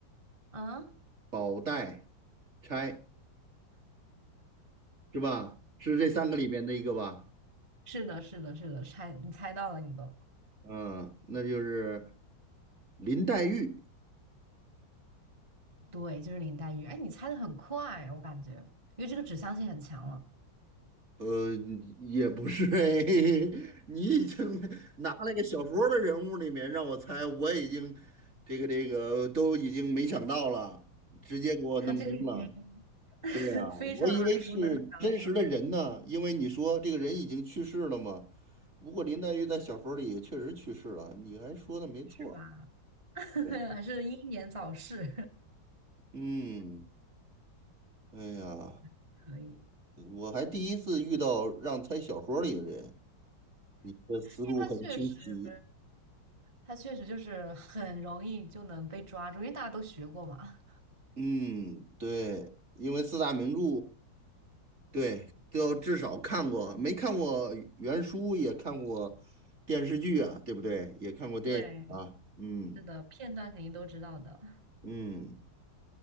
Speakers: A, on the right; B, on the right.
A: 嗯，
B: 宝黛钗是吧？是这三个里面的一个吧？
A: 是的，是的，是的，猜，你猜到了，你都。
B: 嗯，那就是林黛玉。
A: 对，就是林黛玉。哎，你猜的很快啊，我感觉，因为这个指向性很强了。
B: 呃，也不是哎，<laughs> 你已经拿了一个小说的人物里面让我猜，我已经这个这个都已经没想到了，直接给我弄懵了。
A: 他这个已经
B: 对呀，
A: <laughs> 非常耳熟能详了，
B: 我以为是真实的人呢，因为你说这个人已经去世了嘛。不过林黛玉在小说里也确实去世了，你还说的没错。
A: 是吧？<laughs>
B: 对呀
A: 还是英年早逝，
B: 嗯，哎呀，
A: <laughs> 可以。
B: 我还第一次遇到让猜小说里的人，你的思路很清晰。
A: 因为他确实，他确实就是很容易就能被抓住，因为大家都学过嘛。<laughs>
B: 嗯，对，因为四大名著，对，都要至少看过，没看过原书也看过电视剧啊，对不对？也看过电影啊，
A: 对，
B: 嗯
A: 是的，片段肯定都知道的，
B: 嗯，